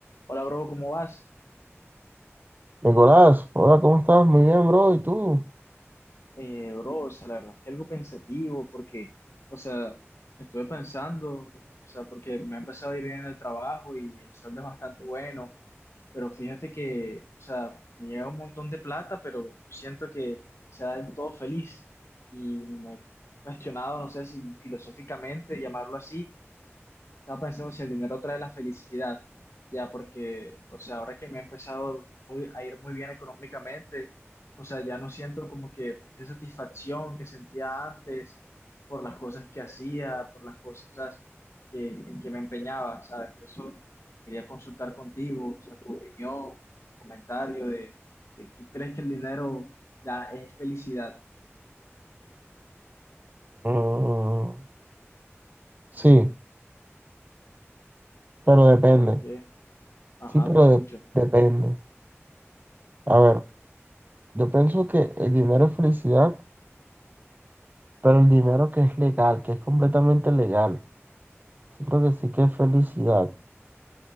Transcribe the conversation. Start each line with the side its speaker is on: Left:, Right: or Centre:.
Left: Hola, bro, ¿cómo vas?
Right: Nicolás, hola, ¿cómo estás? Muy bien, bro. ¿Y tú?
Left: Eh, bro, o sea, la verdad es que algo pensativo porque, o sea, estuve pensando, o sea, porque me ha empezado a ir bien en el trabajo y el sueldo es bastante bueno, pero fíjate que, o sea, me llega un montón de plata, pero siento que sea del todo feliz y me he cuestionado, no sé si filosóficamente llamarlo así, Estaba pensando si el dinero trae la felicidad, ya, porque, o sea, ahora que me ha empezado muy- a ir muy bien económicamente, o sea, ya no siento como que esa satisfacción que sentía antes por las cosas que hacía, por las cosas que, en que me empeñaba, ¿sabes? Por eso quería consultar contigo, o sea, tu opinión, comentario de, de ¿tú crees que el dinero da, es felicidad?
Right: Mm, sí, pero depende.
Left: ¿Por qué? Ajá,
Right: Sí, pero
Left: te escucho.
Right: de- depende. A ver, yo pienso que el dinero es felicidad, pero el dinero que es legal, que es completamente legal. Siento que sí que es felicidad.